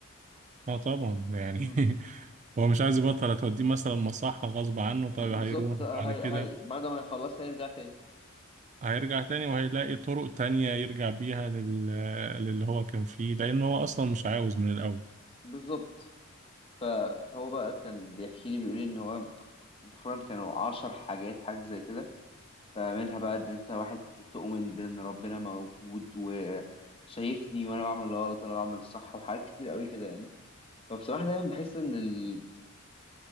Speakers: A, on the right; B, on the left.
A: اه طبعا يعني
B: مم.
A: <laughs> هو مش عايز يبطل هتوديه مثلا مصحة غصب عنه طب
B: بالظبط
A: هيروح
B: آه،
A: بعد
B: هي
A: كده
B: هي بعد ما يخلص هيرجع تاني
A: هيرجع تاني وهيلاقي طرق تانية يرجع بيها لل... للي هو كان فيه لأن هو أصلا مش عاوز من الأول
B: بالظبط ف- فهو بقى كان بيحكي لي بيقول لي ان هو تقريبا كانوا عشر حاجات حاجة زي كده فمنها بقى ان انت واحد تؤمن بان ربنا موجود وشايفني وانا بعمل الغلط وانا بعمل الصح وحاجات كتير قوي كده يعني فبصراحة دايما بحس ان ال...